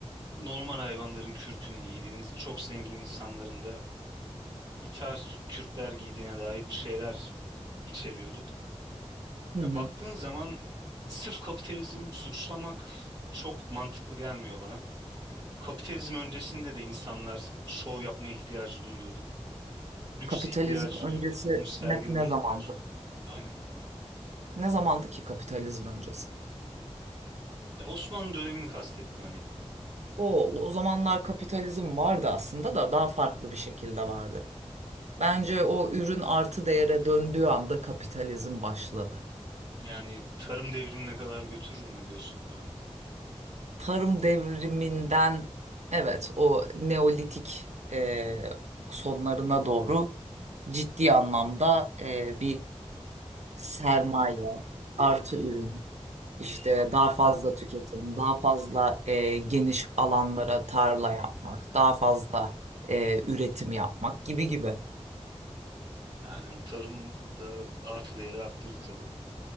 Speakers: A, on the right; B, on the right.
A: normal hayvanların kürkünü giydiğini, çok zengin insanların da iter kürkler giydiğine dair bir şeyler içeriyordu.
B: Hı
A: Ya
B: hı.
A: baktığın zaman sırf kapitalizm suçlamak çok mantıklı gelmiyor bana. Kapitalizm öncesinde de insanlar şov yapma ihtiyacı duyuyordu. Lüks
B: Kapitalizm
A: ihtiyacı duyuyordu.
B: öncesi
A: Onu sergileme
B: ne, ne
A: ihtiyacı
B: zamandı?
A: duyuyordu. Aynen.
B: Ne zamandı ki kapitalizm öncesi?
A: Ya Osmanlı dönemini kastettim hani.
B: O, o zamanlar kapitalizm vardı aslında da daha farklı bir şekilde vardı. Bence o ürün artı değere döndüğü anda kapitalizm başladı.
A: Yani tarım devrimine kadar götürür mü diyorsun öyle mi?
B: tarım devriminden evet o Neolitik e, sonlarına doğru ciddi anlamda e, bir sermaye artı ürün işte daha fazla tüketim daha fazla e, geniş alanlara tarla yapmak daha fazla e, üretim yapmak gibi gibi.
A: Yani tarım da artı değeri arttırdı tabii.